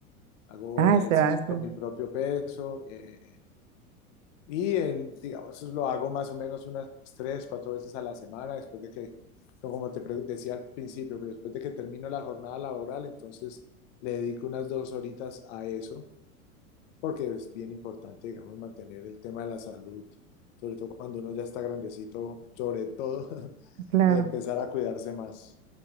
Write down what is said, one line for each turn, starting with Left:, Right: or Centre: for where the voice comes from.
Left: Hago
Right: Ah,
Left: ejercicios
Right: ya,
Left: con
Right: ya,
Left: mi propio peso. eh, y en, digamos, eso lo hago más o menos unas tres, cuatro veces a la semana, después de que, no, como te pre- decía al principio, que después de que termino la jornada laboral, entonces le dedico unas dos horitas a eso, porque es bien importante, digamos, mantener el tema de la salud, sobre todo cuando uno ya está grandecito, sobre todo <laughs>
Right: claro.
Left: empezar a cuidarse más.